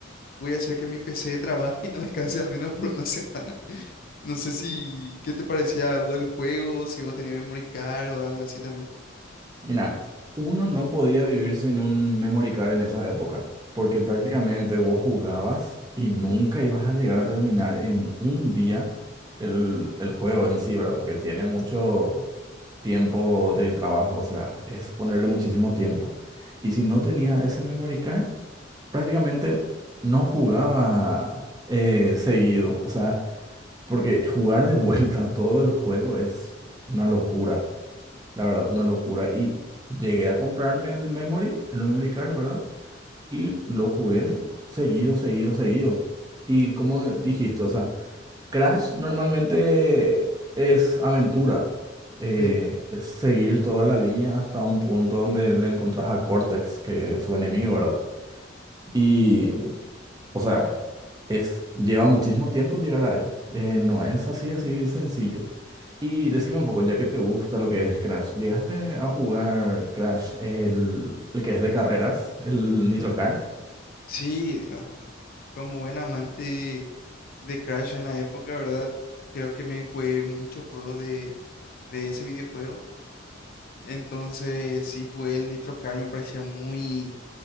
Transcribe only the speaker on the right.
Mira, uno no podía vivir sin un memory card en esa época, porque prácticamente vos jugabas y nunca ibas a llegar a terminar en un día el, el juego en sí, ¿verdad? Porque tiene mucho tiempo de trabajo, o sea, es ponerle muchísimo tiempo. Y si no tenía ese memory card, prácticamente no jugaba eh, seguido, o sea, porque jugar de vuelta todo el juego es una locura. La verdad, una locura. Y llegué a comprarme el memory, el memory card, ¿verdad? Y lo jugué seguido, seguido, seguido. Y como dijiste, o sea, Crash normalmente es aventura. eh,
es seguir toda la línea hasta un punto donde le encontrás a Cortex, que es su enemigo, ¿verdad? Y, o sea, es, lleva muchísimo tiempo llegar a él. eh, no es así, así sencillo. Y decime un poco, ya que te gusta lo que es Crash, ¿llegaste a jugar Crash, el, el que es de carreras, el Nitro Kart?